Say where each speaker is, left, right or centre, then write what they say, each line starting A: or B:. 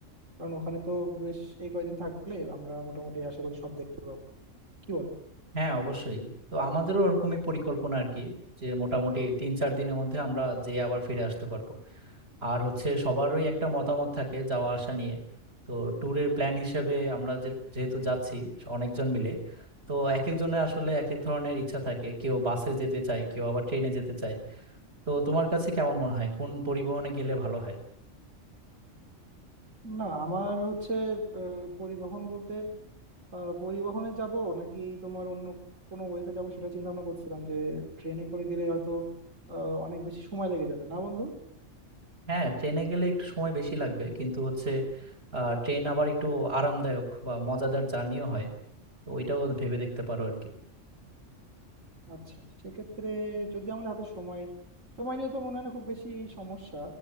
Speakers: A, on the right; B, on the right.
A: কারণ ওখানে তো বেশ এই কয়দিন থাকলে আমরা মোটামুটি আশা করি সব দেখতে পাবো কি বলো
B: হ্যাঁ অবশ্যই তো আমাদেরও ওরকমই পরিকল্পনা আর কি যে মোটামুটি তিন চার দিনের মধ্যে আমরা যে আবার ফিরে আসতে পারবো আর হচ্ছে সবারই একটা মতামত থাকে যাওয়া আসা নিয়ে তো ট্যুরের প্ল্যান হিসেবে আমরা যে যেহেতু যাচ্ছি অনেকজন মিলে তো এক একজনের আসলে এক এক ধরনের ইচ্ছা থাকে কেউ বাসে যেতে চায় কেউ আবার ট্রেনে যেতে চায় তো তোমার কাছে কেমন মনে হয় কোন পরিবহনে গেলে ভালো হয়
A: না আমার হচ্ছে আহ, পরিবহন বলতে আহ, পরিবহনে যাব নাকি তোমার অন্য কোনো ওয়েতে যাব সেটা চিন্তা ভাবনা করছিলাম যে ট্রেনে করে গেলে হয়তো আহ, অনেক বেশি সময় লেগে যাবে না বন্ধু
B: হ্যাঁ ট্রেনে গেলে একটু সময় বেশি লাগবে কিন্তু হচ্ছে আহ ট্রেন আবার একটু আরামদায়ক বা মজাদার জার্নিও হয় তো ওইটাও ভেবে দেখতে পারো আর কি
A: আচ্ছা সেক্ষেত্রে যদি আমার হাতে সময় সময় নিয়ে তো মনে হয় না খুব বেশি সমস্যা